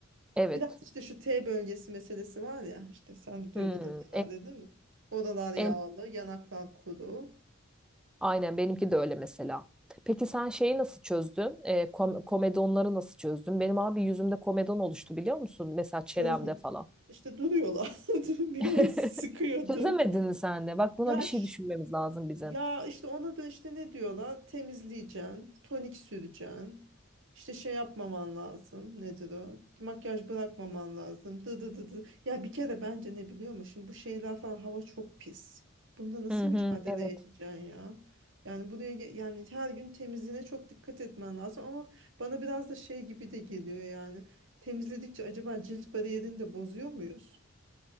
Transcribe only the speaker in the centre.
Evet.
Hmm,
em,
Aynen benimki de öyle mesela. Peki sen şeyi nasıl çözdün? E, kom- komedonları nasıl çözdün? Benim abi yüzümde komedon oluştu biliyor musun? Mesela çenemde
falan.
<laughs>
Çözemedin mi sen de? Bak buna
bir şey
düşünmemiz lazım bizim.
Hı hı,
evet.